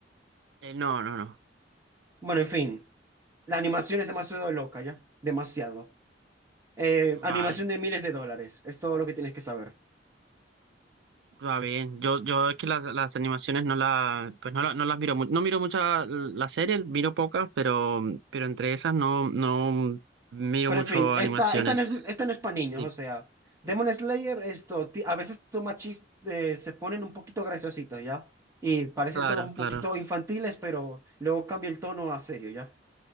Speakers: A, on the right; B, on the right.
A: Eh, no, no, no.
B: Bueno, en fin, la animación es demasiado loca ya. Demasiado. Eh, animación
A: Vale.
B: de miles de dólares. Es todo lo que tienes que saber.
A: Va bien. Yo, yo es que las, las animaciones no las, pues no, la- no las miro mucho. No miro muchas las series, miro pocas, pero, pero entre esas no, no miro
B: Pero
A: mucho
B: en fin,
A: animaciones.
B: esta, esta no es, esta no es para niños,
A: Sí,
B: o sea, Demon Slayer, esto, ti- a veces toma chistes, se ponen un poquito graciositos, ¿ya? Y parecen
A: claro,
B: todos un
A: claro.
B: poquito infantiles, pero luego cambia el tono a serio, ¿ya?